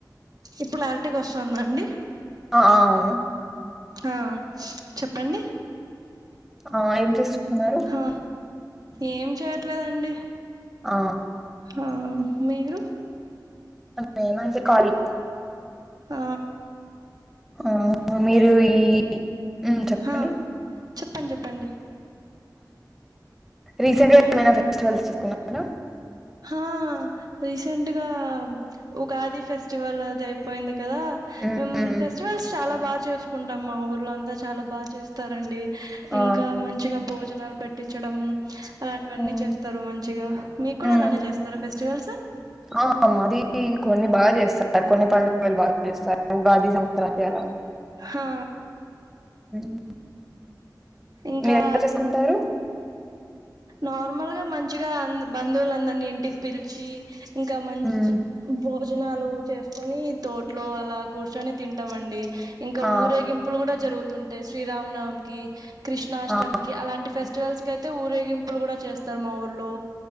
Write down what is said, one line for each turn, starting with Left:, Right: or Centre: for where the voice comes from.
Right: ఇప్పుడు క్లారిటీగా వస్తుందండి
Centre: ఆ అవును
Right: ఆ చెప్పండి
Centre: ఆ ఏం చేస్తున్నారు
Right: ఆ, ఏం చేయట్లేదండి
Centre: ఆ
Right: ఆ మీరు
Centre: మేమంటే కాళీ
Right: ఆ
Centre: ఆ మీరు ఈ ఉం చెప్పండి
Right: ఆ, చెప్పండి చెప్పండి
Centre: రీసెంట్గా ఏమైనా ఫెస్టివల్స్ చేసుకున్నారా
Right: హా రీసెంట్ గా ఉగాది ఫెస్టివల్ అది అయిపోయింది కదా
Centre: హ్మ్.
Right: మేము
Centre: హ్మ్.
Right: ఫెస్టివల్స్ చాలా బాగా చేసుకుంటాం మా ఊర్ళ అంతా చాలా బాగా చేస్తారండి ఇంకా
Centre: ఆ!
Right: మంచిగా భోజనాలు పెట్టించడం అలాంటివన్నీ
Centre: హ్మ్.
Right: చేస్తారు మంచిగా మీకు కూడా
Centre: హ్మ్.
Right: అలానే చేస్తారా ఫెస్టివల్స్
Centre: ఆ మరి కొన్ని బాగా చేస్తారు కొన్ని పండుగలు బాగా చేస్తారు ఉగాది క్రాంతి అల
Right: హా
Centre: సరే <inaudible>
Right: ఇంకా
Centre: మీరు ఎలా చేసుకుంటారు
Right: నార్మల్గా మంచిగా బంధువులందరినీ ఇంటికి పిలిచి ఇంకా మంచి
Centre: హ్మ్.
Right: భోజనాలు చేసుకొని తోట్లో అలా కూర్చొని తింటామ అండి ఇంకా
Centre: ఆ!
Right: ఊరేగింపులు కూడా జరుగుతుంటాయి శ్రీరామనవమికి కృష్ణాష్టమికి
Centre: ఆ!
Right: అలాంటి ఫెస్టివల్స్కి అయితే ఊరేగింపులు కూడా చేస్తారు మా ఊర్లో